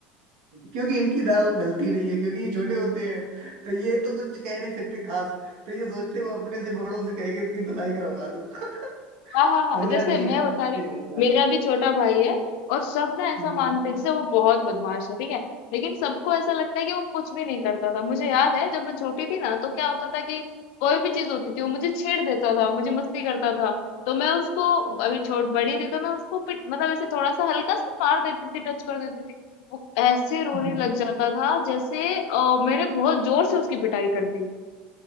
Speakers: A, on the right; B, on the left.
A: क्योंकि इनकी दाल गलती नहीं है क्योंकि ये छोटे होते हैं तो ये तो कुछ कह नहीं सकते खास तो ये सोचते हुए अपने से बड़ों से कह के इसकी धुलाई करवा दूं <laughs>
B: हाँ, हाँ, हाँ,
A: उनका
B: जैसे
A: कहीं ना
B: मैं
A: कहीं
B: बता रही हूँ
A: ये रहता
B: मेरा
A: है
B: भी छोटा भाई है और सब ना ऐसा
A: हम्म।
B: मानते हैं जैसे वो बहुत बदमाश है ठीक है लेकिन सबको ऐसा लगता है कि वो कुछ भी नहीं करता था मुझे याद है जब मैं छोटी थी ना तो क्या होता था कि कोई भी चीज होती थी वो मुझे छेड़ देता था मुझे मस्ती करता था तो मैं उसको अभी छोट बड़ी थी तो मैं उसको पिट मतलब ऐसे थोड़ा सा हल्का सा मार देती थी टच कर देती थी वो ऐसे रोने
A: हम्म।
B: लग जाता था जैसे अ, मैंने बहुत जोर से उसकी पिटाई कर दी हो